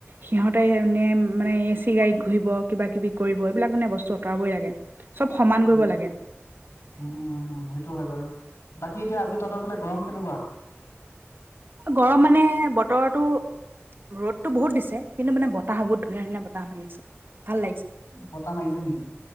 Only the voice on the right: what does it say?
সিহঁতে এনে মানে এচি গাড়ীত ঘূৰিব, কিবা কিবি কৰিব এইবিলাক মানে বস্তু আঁতৰাবই লাগে, সব সমান
কৰিব লাগে।
গৰম মানে বতৰটো ৰ'দটো বহুত দিছে, কিন্তু মানে বতাহ বহুত ধুনীয়া ধুনীয়া বতাহ মাৰি আছে, ভাল লাগিছে।